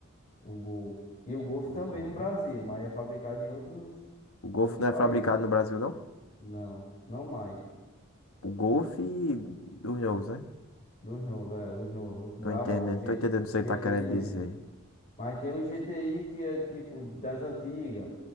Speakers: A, on the left; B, on the left.
A: o Gol. E o Golf
B: O
A: também
B: Gol,
A: no
B: né?
A: Brasil, mas é fabricado em outros,
B: O Golf
A: outros
B: não
A: países.
B: é fabricado no Brasil, não?
A: Não, não mais.
B: O Golf dos novos, né?
A: Dos novos, é, os novos, os
B: Tô
A: brabão,
B: entendendo.
A: o G,
B: Tô entendendo o que você
A: GTI
B: tá querendo
A: mesmo.
B: dizer.
A: Mas tem o GTI que é tipo das antigas.